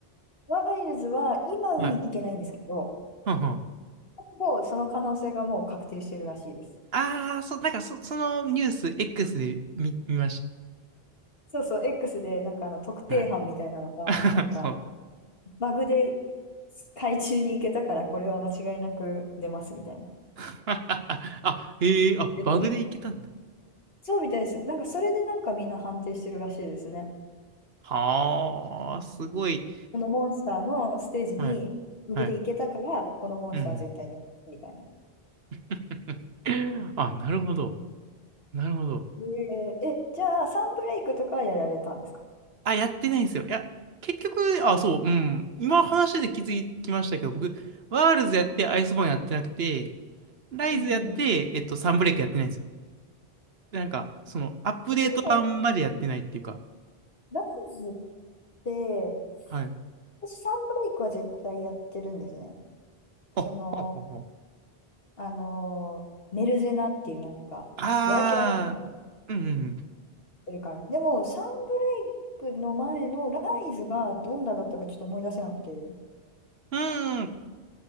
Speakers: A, on the left; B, on the right.
A: ワイルズは今海行けないんですけど、
B: はい。はんはん。
A: もうその可能性がもう確定してるらしいです。
B: あー、そう、なんかそ、そのニュース X で見、見まし
A: そうそう、X でなんかあの特定班みたいなのが、
B: た。はい。<laughs>
A: なんか
B: そう。
A: バグで海中に行けたからこれは間違いなく出ますみたいな。
B: <laughs> あ、へえ、
A: 言ってて。
B: あ、バグで行けたんだ。
A: そうみたいです。なんかそれでなんかみんな判定してるらしいですね。
B: はあ、
A: うん
B: すごい。
A: このモンスターのステージにフグで行けたから、
B: はい。はい。
A: このモンスターは絶対出ますみたいな。
B: うん。<laughs> あ、なるほど。
A: うん
B: なるほど。
A: えー、え、じゃあサンブレイクとかはやられたんですか
B: あ、やってないんですよ。いや、結局、
A: あ、
B: あ、そう、うん。今話で気づきましたけど、僕、ワールズやってアイスボーンやってなくて、ライズやって、
A: うんうん。
B: えっと、サンブレイクやってないんですよ。なんか、その、アップデート版までやってないっていうか。
A: ところでライズって、
B: はい。
A: 私サンブレイクは絶対やってるんですね。
B: あ、
A: その、
B: ほうほうほう。
A: あのーメルゼナっていうなんか、
B: あー、
A: ドラキュラみたいな
B: うんうん
A: てるから。でも、サンブレイクの前のライズがどんなだったかちょっと思い出せなくて、
B: うん。うーん。